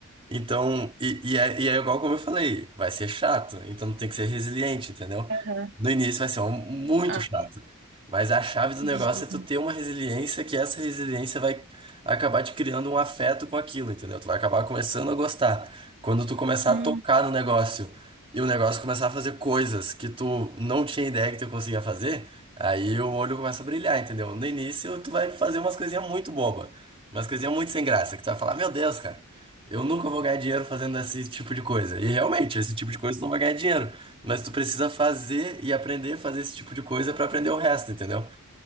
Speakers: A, on the right (about 25°); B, on the right (about 55°).
A: Então, e, e, é, e é igual como eu falei, vai ser chato, então tem que ser resiliente, entendeu?
B: aham.
A: No início vai ser um- muito
B: Ah,
A: chato, mas a chave do negócio
B: gente.
A: é tu ter uma resiliência que essa resiliência vai acabar te criando um afeto com aquilo, entendeu? Tu vai acabar começando a gostar. Quando tu começar
B: Hum,
A: a tocar no negócio e o negócio começar a fazer coisas que tu não tinha ideia que tu conseguia fazer, aí o olho começa a brilhar, entendeu? No início tu vai fazer umas coisinhas muito bobas umas coisinhas muito sem graça, que tu vai falar, meu Deus, cara. Eu nunca vou ganhar dinheiro fazendo esse tipo de coisa. E realmente, esse tipo de coisa tu não vai ganhar dinheiro. Mas tu precisa fazer e aprender a fazer esse tipo de coisa pra aprender o resto, entendeu?